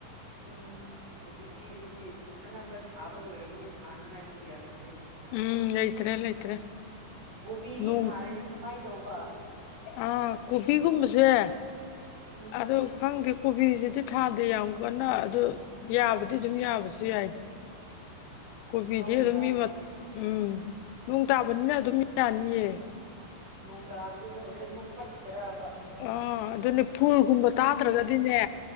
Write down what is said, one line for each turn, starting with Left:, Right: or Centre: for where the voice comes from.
Right: ꯎꯝ ꯍꯧꯖꯤꯛꯇꯤ ꯑꯗꯨꯗꯤ ꯑꯅꯝꯕ ꯊꯥꯕ ꯂꯣꯏꯔꯕꯅꯤ ꯊꯥꯅꯉꯥꯏꯁꯦ ꯀꯌꯥ ꯂꯩꯇ꯭ꯔꯦꯅꯦ
Left: ꯎꯝ ꯂꯩꯇ꯭ꯔꯦ ꯂꯩꯇ꯭ꯔꯦ
Right: ꯀꯣꯕꯤꯗꯤ
Left: ꯅꯣꯡ
Right: ꯊꯥꯔꯗꯤ ꯀꯃꯥꯏꯅ ꯇꯧꯕ
Left: ꯑꯥ ꯀꯣꯕꯤꯒꯨꯝꯕꯁꯦ
Right: ꯁ
Left: ꯑꯗꯣ ꯈꯪꯗꯦ ꯀꯣꯕꯤꯁꯤꯗꯤ ꯊꯥꯗꯦ ꯌꯥꯝ ꯀꯟꯅ ꯑꯗꯨ ꯌꯥꯕꯗꯤ ꯑꯗꯨꯝ ꯌꯥꯕꯁꯨ ꯌꯥꯏꯗ ꯀꯣꯕꯤꯗꯤ
Right: ꯍꯧꯒꯦꯔꯕ
Left: ꯑꯗꯨꯝ ꯃꯤ
Right: ꯃꯍꯥꯎ
Left: ꯎꯝ ꯅꯣꯡ ꯇꯥꯕꯅꯤꯅ ꯑꯗꯨꯝ ꯃꯤ ꯌꯥꯅꯤꯌꯦ
Right: ꯅꯣꯡ ꯇꯥꯕꯗꯨꯗ ꯍꯣꯔꯦꯟ ꯑꯃꯨꯛ ꯄꯠ ꯇꯦꯔꯕ ꯍꯩ
Left: ꯑ ꯑꯗꯨꯅꯦ ꯐꯨꯜꯒꯨꯝꯕ ꯇꯥꯗ꯭ꯔꯒꯗꯤꯅꯦ